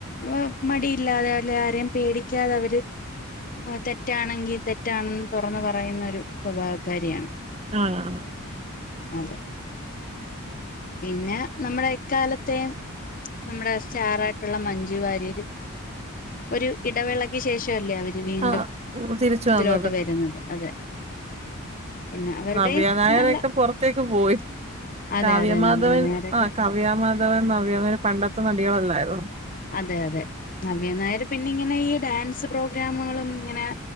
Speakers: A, on the left; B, on the right.
A: ഓ മടിയില്ലാതെ അല്ല ആരെയും പേടിക്കാതെ അവര് തെറ്റാണെങ്കി തെറ്റാണെന്ന് തുറന്ന് പറയുന്ന ഒരു സ്വഭാവക്കാരിയാണ്.
B: ആഹ്
A: അതെ.. പിന്നെ നമ്മടെ എക്കാലത്തെയും നമ്മടെ സ്റ്റാറായിട്ടുള്ള മഞ്ജു വാര്യര് ഒരു ഇടവേളക്ക് ശേഷ അല്ലേ അവര് വീണ്ടും
B: ആഹ് തിരിച്ചു
A: ഇതിലോട്ട്
B: വന്നത്
A: വരുന്നത് അതെ.. പിന്നെ അവരുടെയും
B: നവ്യ നായരൊക്കെ
A: നല്ല
B: പുറത്തേക്ക് പോയി
A: അതെ
B: കാവ്യമാധവൻ
A: അതെ നല്ല നേരൊക്കെ
B: ആഹ് ക കാവ്യാമാധവൻ നവ്യ നായർ പണ്ടത്തെ നടികൾ അല്ലായിരുന്നോ?
A: അതെ അതെ നവ്യ നായര് പിന്നെ ഇങ്ങനെ ഈ ഡാൻസ് പ്രോഗ്രാമുകളും ഇങ്ങനെ